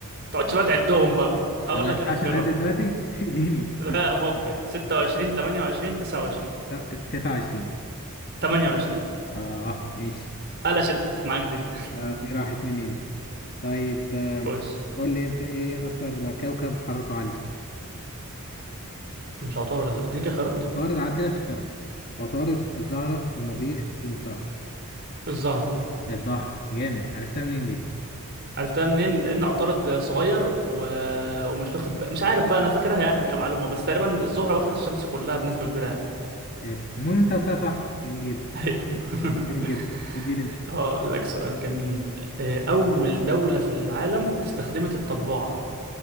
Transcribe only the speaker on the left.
أنا ما
ينفعش
انا أعد دلوقتي <laughs> اديني
اديني
لا 29
اه ماشي
آه دي راحت مني دي طيب
آه
قول لي انت ايه اكتر كوكب حرارته عالية
عطارد عدي لك اختيارات عطارد الزهرة المريخ المشتري
الزهرة جامد عرفتها منين دي
حلو. المهم انت قلتها صح جميل جدا
جميل جدا اديني انت